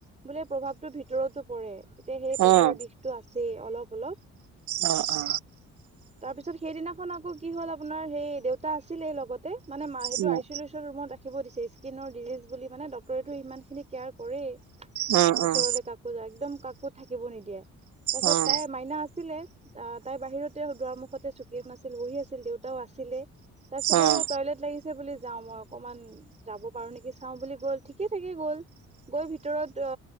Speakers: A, on the right; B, on the right.
A: বোলে প্ৰভাৱ ভাৱটো ভিতৰতো পৰে এ, তিয়া সেই পেটৰ
B: উম
A: বিষটো আছেই অলপ অলপ।
B: অ অ
A: <unintelligible> তাৰ পিছত সেইদিনাখন আকৌ কি হল আপোনাৰ সেই দেউতা আছিলেই লগতে মানে মা সেইটো
B: উম
A: আ টোলেচন ৰুমত ৰাখিব দিছে, স্কিনৰ ডিজিজ বুলি মানে ডক্টৰেটো ইমানখিনি কেয়াৰ কৰে।
B: উম
A: ওচৰলে
B: উম
A: কাকো যা একদম কাকো থাকিব নিদিয়ে। তাৰপিছত
B: উম
A: তাই মাইনা আছিলে, আহ তাই বাহিৰতে দুৱাৰ মুখতে চুকী শুনা আছিল বহী আছিল দেউতাও আছ <unintelligible> ছিল তাৰপিছত
B: উম
A: আৰু টয়লেট লাগিছে বুলি <unintelligible> যাওঁ মই অকূমান যাব পাৰো নেকি চাওঁ বুলি গ'ল ঠিকে থাকে গ'ল <unintelligible> গৈ ভিতৰত